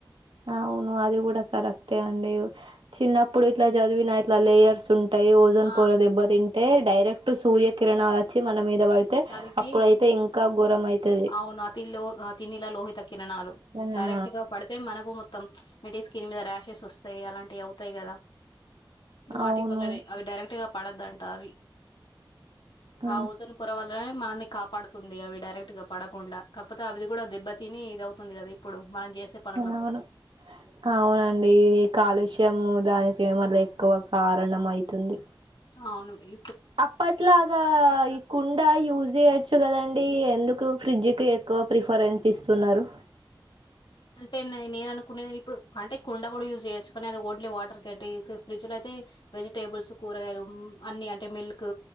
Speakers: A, on the right (about 85°); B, on the left (about 65°).
A: అవును అది కూడా కరెక్టే అండి చిన్నప్పుడు ఇట్లా చదివినా ఇట్లా లేయర్స్ ఉంటాయి ఓజోన్
B: ఆ
A: పొర దెబ్బ తింటే డైరెక్ట్ సూర్యకిరణాలు వచ్చి మన మీద పడితే
B: తారికి
A: అప్పుడైతే ఇంకా ఘోరం అయితది
B: అవును తి ఆ తిన్నిలా లోహి తక్కిన నాలు
A: ఆ
B: డైరెక్ట్ గా పడితే మనకు మొం మొత్తం అంటే స్కిన్ మీద ర్యాషెస్ వస్తాయి అలాంటివి అవుతాయి కదా వాటి
A: అవును
B: వల్లనే అవి డైరెక్ట్గా పడద్దంట అవి
A: ఆ
B: ఓజోన్ పొర మనల్ని కాపాడుతుంది అవి డైరెక్ట్ గా పడకుండా కాకపోతే అవిది కూడా దెబ్బ తని ఇది అవుతుంది కదా ఇప్పుడు మనం చేసే పనులకు
A: అవును అవునండి కాలుష్యము దాని ప్రేమలు ఎక్కువ కారణంమవుతుంది
B: ఆ అవును భై
A: అప్పట్లాగా ఈ కుండ యూజ్ చేయచ్చు కదండి ఎందుకు ఫ్రిడ్జ్కి ఎక్కువ ప్రిఫరెన్స్ ఇస్తున్నారు
B: అంటే నేను అనుకునే ఇప్పుడు అంటే కుండ కూడా యూజ్ చేసుకునే అది ఓడ్లీ వాటర్ క అంటే ఫ్రిడ్జ్ లో అయితే వెజిటేబుల్స్ కూరగాయలు అన్ని అంటే మిల్క్